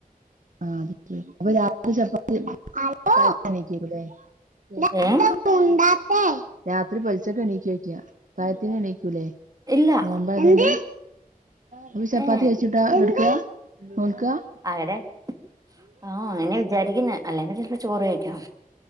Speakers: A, on the right; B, on the right.
A: ആഹ് അപ്പം പിന്നെ രാത്രി ചപ്പാത്തി ഹലോ <unintelligible>
B: ഏഹ്
A: എത്താ മുണ്ടാത്തേ, രാത്രി പെൽച്ചക്ക് എണീക്കോ ചോയ്ക്ക അത്താഴത്തിന് എണീക്കൂലേ
B: ഇല്ല.
A: എന്ത്, അപ്പം ചപ്പാത്തി
B: ഏ
A: കൈച്ചിട്ടാ എന്ത് എട്ക്കാ നോൽക്കാ
B: അങ്ങനെ ആഹ് അങ്ങനെ വിജാരിക്കുന്നെ അല്ലാനാ ചെൽപ്പം ചോറ് കഴിക്കും